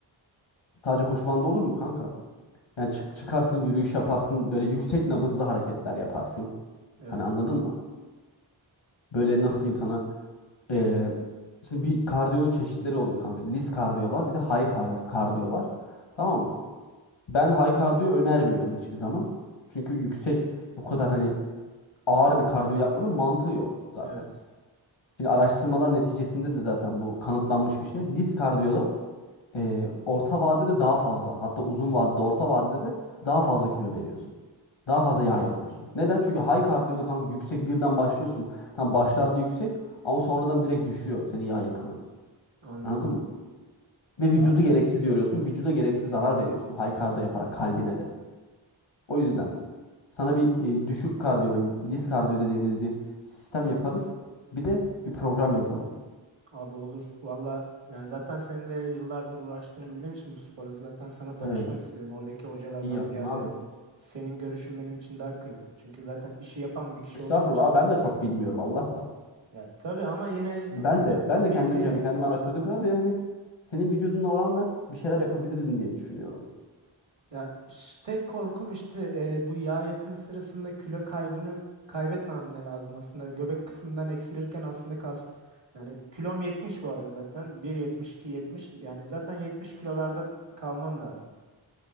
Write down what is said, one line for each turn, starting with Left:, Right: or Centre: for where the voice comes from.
Left: Sadece koşu bandı olur mu kanka? Yani çık çıkarsın yürüyüş yaparsın. Böyle yüksek nabızlı hareketler yaparsın.
Right: Evet.
Left: Hani anladın mı? Böyle nasıl diyeyim sana? Ee, şimdi bir kardiyonun çeşitleri oluyor kanka. Lis kardiyo var bir de high kar- kardiyo var. Tamam mı? Ben high kardiyo önermiyorum hiçbir zaman. Çünkü yüksek bu kadar hani ağır bir kardiyo yapmanın mantığı yok zaten.
Right: Evet.
Left: Şimdi araştırmalar neticesinde de zaten bu kanıtlanmış bir şey. Lis kardiyoda e, orta vadede daha fazla hatta uzun vadede orta vadede daha fazla kilo veriyorsun. Daha fazla
Right: Hı,
Left: yağ yakıyorsun. Neden? Çünkü high kardiyoda kanka yüksek birden başlıyorsun. Tam başlarda yüksek ama sonradan direkt düşüyor senin yağ yakımın.
Right: Anladım.
Left: Anladın mı? Ve
Right: Ya
Left: vücudu gereksiz yoruyorsun. Vücuda gereksiz zarar veriyorsun high kardiyo yaparak kalbine de. O yüzden sana bir e, düşük kardiyo ve lis kardiyo dediğimiz bir sistem yaparız. Bir de bir program yazalım.
Right: abi olur. Valla yani zaten senin de yıllardır uğraştığını bildiğim için bu sporla zaten sana danışmak
Left: Evet.
Right: istedim. Oradaki hocalardan
Left: İyi yaptın
Right: ziyade
Left: abi.
Right: senin görüşün benim için daha kıymetli. Çünkü zaten işi yapan bir kişi
Left: Estağfurullah
Right: olduğun için.
Left: ben de çok bilmiyorum Allah var.
Right: Ya tabii ama yine
Left: Ben
Right: iş-
Left: de ben
Right: bilgi
Left: de kendimce hani kendimi araştırdığım kadar ve hani senin vücuduna oranla bir şeyler yapabiliriz diye düşünüyorum.
Right: Ya ş- tek korkum işte e, bu yağ yakımı sırasında kilo kaybını kaybetmemem de lazım aslında. Göbek kısmından eksilirken aslında kas yani kilom 70 bu arada zaten. 1.72 70 yani zaten 70 kilolarda kalmam lazım.